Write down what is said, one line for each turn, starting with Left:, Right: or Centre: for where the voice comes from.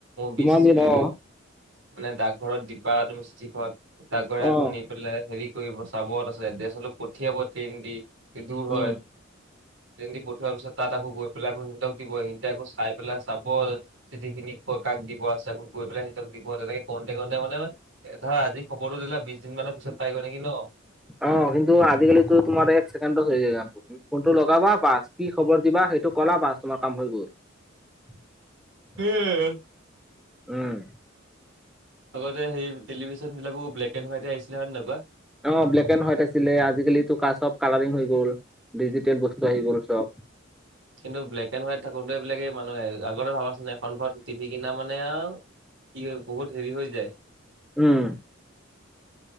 Centre: কিমান
Right: বিচ
Centre: দিন
Right: উ,
Centre: অ
Right: মানে ডাকঘৰত দিবা তুমি চিঠিখন ডাকঘৰে আকৌ
Centre: অ
Right: নি <unintelligible> হেৰি কৰিব চাব তাছত এড্ৰেছলৈ পঠিয়াব ট্ৰেইন এ দূৰ
Centre: উম
Right: হয়। ট্ৰেইন দি পঠোৱাৰ পিছত তাত আকৌ গৈ পেলাই আকৌ হিন্তক দিব হীন্তে আকৌ চাই পেলাই চাব চিঠি খিনি ক -কাক দিব আছে কৈ পেলাই সিহঁতক দিব তেনেকে কওঁতে -কওঁতে মানে এ ধৰা আজি খবৰটো দিলা বিছ দিন মানৰ পিছত পাই গৈ নেকি ন'?
Centre: অ, কিন্তু আজিকালিটো তোমাৰ এক ছেকেণ্ডত হৈ যায় কামটো। উম, ফোনটো লগাবা বাচ কি খবৰ দিবা সেইটো ক'লা বাচ তোমাৰ কাম হৈ গ'ল। <inaudible>
Right: সেইয়ে।
Centre: উম,
Right: আগতে সেই টেলিভিচন বিলাকো ব্লেক এনড হোৱাইটে আছিলে হয় নে নাই কোৱা?
Centre: অ, ব্লেক এণ্ড হোৱাইট আছিলে আজিকালিটো কা চব কালাৰিং হৈ গ'ল ডিজিটেল বস্তু আহি গ'ল চব।
Right: কিন্তু ব্লেক এণ্ড হোৱাইট থাকোতে এইবিলাকে মানুহে আগতে ভাবাচোন এখন ঘৰত টিভি কিনা মানে আও কি হয় বহুত হেৰি হৈ যায়।
Centre: উম।